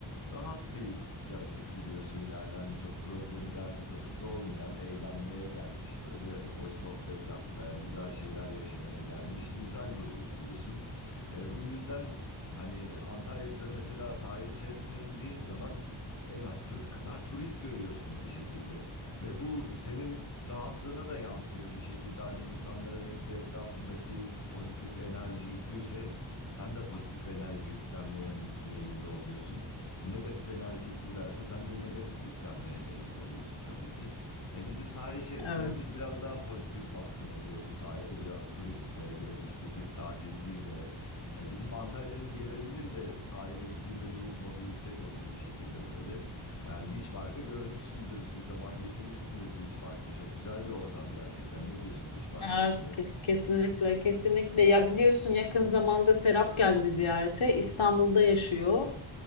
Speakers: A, on the left; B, on the left.
A: rahat bir yaratık biliyorsun yani hani çok problemi derdi tasası olmayan eğlenmeye gelmiş böyle hoş sohbet yapmaya güzel şeyler yaşamaya gelmiş insan grubu biliyorsun. E, bu yüzden hani Antalya'da mesela sahil şeridine indiğin zaman en az Türk kadar turist görüyorsun bir şekilde. Ve bu senin rahatlığına da yansıyor bir şekilde. Hani insanların et- etrafındaki pozitif enerji yüklüyse sen de pozitif enerji yüklenmeye meyilli oluyorsun. E, negatif enerji yüklülerse sen de negatif yüklenmeye meyilli oluyorsun tabii ki. E, bizim sahil şeritlerimiz
B: Evet.
A: biraz daha pozitif baskın oluyor bu sayede biraz turistle, biraz işte Türk tatilciyle. E, bizim Antalya'nın yerelinin de sahile gittiğinde bir ruh modu yüksek olur bir şekilde böyle. Yani Beach Park'ı görmüşsündür, bir zaman geçirmişsindir Beach Park'ta. Çok güzel bir ortam gerçekten. Ne diyorsun Beach Park hakkında?
B: Evet, ke- kesinlikle, kesinlikle. Ya biliyorsun yakın zamanda Serap geldi ziyarete. İstanbul'da yaşıyor.